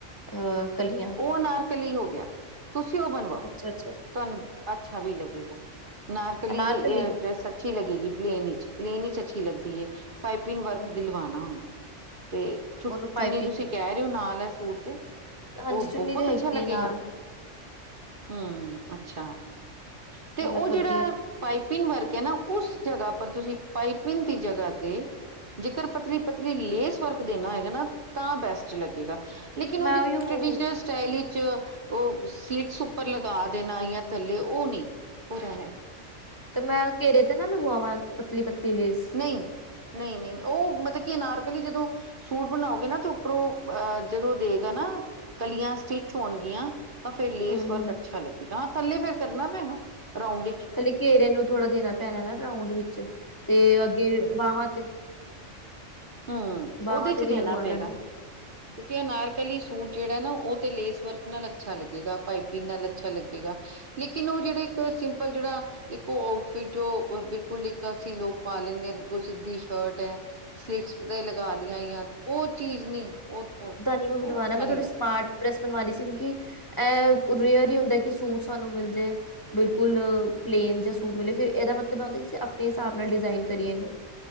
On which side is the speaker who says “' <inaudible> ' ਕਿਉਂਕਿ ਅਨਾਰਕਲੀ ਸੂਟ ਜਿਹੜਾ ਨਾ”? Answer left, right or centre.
Right